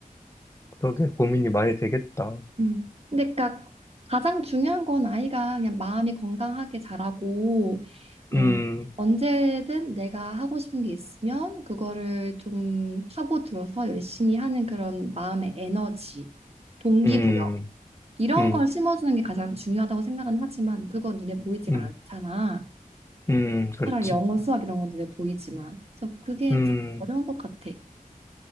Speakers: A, on the left; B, on the right.
A: 그러게 고민이 많이 되겠다.
B: 음. 근데 그니까 가장 중요한 건 아이가 그냥 마음이 건강하게 자라고 뭐
A: 음,
B: 언제든 내가 하고 싶은 게 있으면 그거를 좀 파고들어서 열심히 하는 그런 마음의 에너지, 동기부여
A: 음,
B: 이런
A: 음,
B: 걸 심어주는 게 가장 중요하다고 생각은 하지만 그건 눈에 보이지가
A: 음,
B: 않잖아.
A: 음, 그렇지.
B: 차라리 영어, 수학 이런 건 눈에 보이지만 그래서 그게
A: 음,
B: 참 어려운 것 같아.